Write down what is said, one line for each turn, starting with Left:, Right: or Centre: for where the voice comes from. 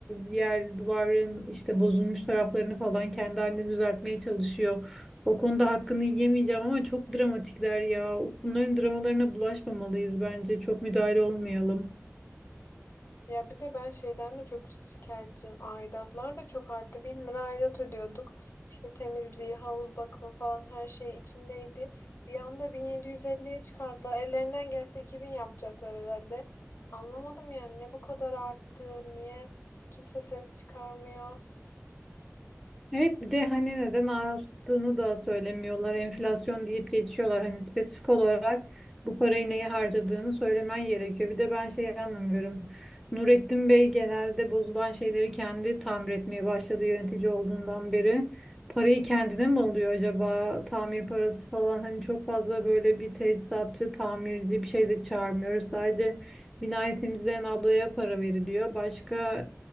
Centre: yer duvarın işte bozulmuş taraflarını falan kendi haline düzeltmeye çalışıyor. O konuda hakkını yemeyeceğim ama çok dramatikler ya. Bunların dramalarına bulaşmamalıyız bence. Çok müdahale olmayalım.
Left: Ya bir de ben şeyden de çok şikayetçiyim. Aidatlar da çok arttı. Bin lira aidat ödüyorduk. İşte temizliği, havuz bakımı falan her şey içindeydi. Bir anda bin yedi yüz elliye çıkardılar. Ellerinden gelse 2000 yapacaklar herhalde. Anlamadım yani ne bu kadar arttı, niye kimse ses çıkarmıyor.
Centre: Evet bir de hani neden arttığını da söylemiyorlar. Enflasyon deyip geçiyorlar. Hani spesifik olarak bu parayı neye harcadığını söylemen gerekiyor. Bir de ben şey anlamıyorum. Nurettin Bey genelde bozulan şeyleri kendi tamir etmeye başladı yönetici olduğundan beri. Parayı kendine mi alıyor acaba? Tamir parası falan hani çok fazla böyle bir tesisatçı, tamirci bir şey de çağırmıyoruz. Sadece binayı temizleyen ablaya para veriliyor. Başka